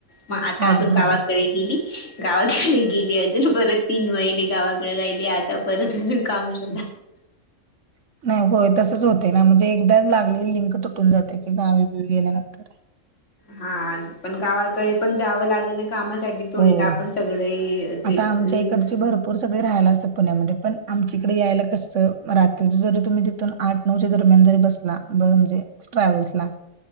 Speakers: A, on the left (about 65°); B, on the right (about 70°).
A: मग आता
B: हा
A: अजून
B: हा
A: गावाकडे
B: हा
A: गेली, गावाकडे गेली अजून परत तीन महिने गावाकडे राहिले आता परत अजून काम <inaudible>
B: <inaudible> हा होय तसच होते ना म्हणजे एकदा लागलेली लिंक तुटून जाते की गावी बिवी गेल्यानंतर
A: हा पण गावाकडे पण जावं लागेल ना कामासाठी थोडी
B: हो
A: ना आपण सगळे असे
B: आता आमच्या
A: रिलेटिव
B: इकडची भरपूर पोर सगळे राहायला असतात पुण्यामध्ये पण आमच्या इकडे यायला कसं रात्रीच जरी तुम्ही तिथून आठ नऊ च्या दरम्यान जरी बसला म्हणजे ट्रॅव्हल्सला